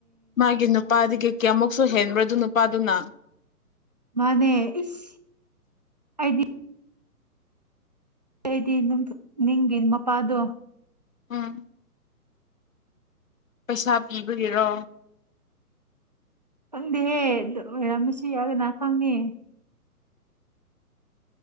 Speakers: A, on the left (about 60°); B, on the right (about 30°).
A: ꯃꯥꯒꯤ ꯅꯨ ꯅꯨꯄꯥꯗꯒꯤ ꯀꯌꯥꯃꯨꯛꯁꯨ ꯍꯦꯟꯕ꯭ꯔꯗꯨ ꯅꯨꯄꯥꯗꯨꯅ
B: ꯃꯥꯅꯦ ꯏꯁ ꯑꯩꯗꯤ ꯑꯩꯗꯤ ꯅꯤꯡꯒꯤ ꯃꯄꯥꯗꯣ
A: ꯎꯝ ꯄꯩꯁꯥ ꯄꯤꯕꯒꯤꯔꯣ
B: ꯈꯪꯗꯦꯍꯦ ꯑꯗꯨ ꯑꯣꯏꯔꯝꯃꯁꯤ ꯌꯥꯒꯅ ꯈꯪꯉꯦ